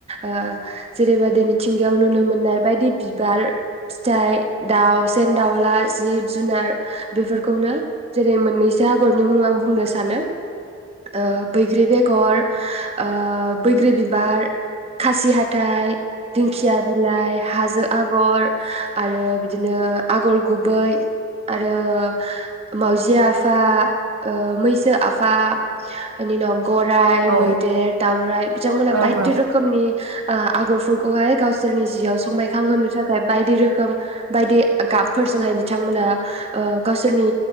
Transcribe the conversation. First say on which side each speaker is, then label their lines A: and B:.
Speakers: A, on the right; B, on the right.
A: ओ जेरैबदि मिथिंगायाव नुनो मोननाय बेबायदि बिबार फिथाइ दाउ <unintelligible> दाउला जिब जुनार बेफोरखौनो जेरै मोनै आगरनि मुं आं बुंनो सानो ओ बैग्रि बेगर ओ बैग्रि बिबार खासि हाथाइ दिंखिया बिलाइ हाजो आगर आरो बिदिनो आगर गुबै आरो मावजिया आफा ओ मैसो आफा बिनि उनाव गराय
B: ओं
A: मैदेर दावरायाइ बिथांमोनहा
B: ओं
A: बायदि
B: औ
A: रोखोमनि ओ आगरफोरखौहाय गावसोरनि जिआव समायखां होनो थाखाय बायदि रोखोम बायदि गाबफोरजोंहाय बिथांमोना ओ गावसोरनि